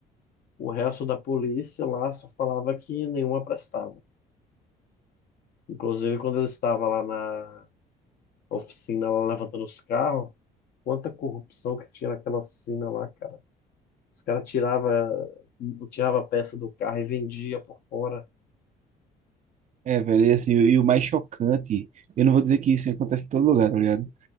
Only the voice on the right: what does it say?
É, velho, e, assim, e o mais chocante, eu não vou dizer que isso acontece em todo lugar, tá ligado?